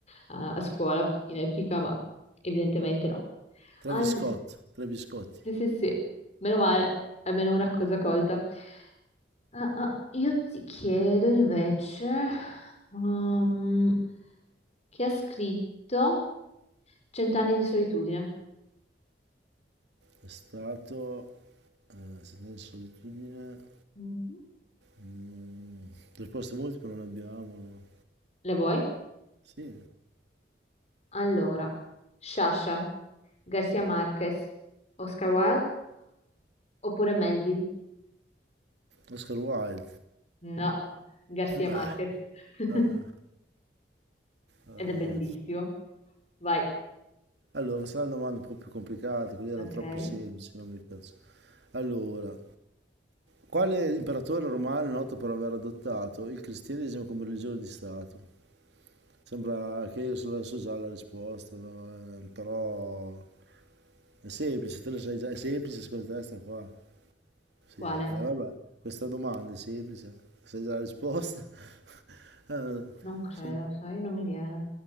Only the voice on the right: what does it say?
Travis
Scott, Travis Scott
è stato eh, Sentenza di solitudine
mm, risposte multiple non abbiamo no.
sì
Oscar Wilde
<laughs> Ah,
ah, ah.
allora sarà una domanda un po' più complicata quella era
troppo semplice non mi piace allora quale imperatore romano è noto per aver adottato il cristianesimo come religione di stato Sembra che io so, so già la risposta, no? Eh, però è semplice, te lo sai già, è semplice secondo te sta qua. Sì,
eh, vabbè, questa domanda è semplice, sai già la risposta. <laughs> Eh,
son-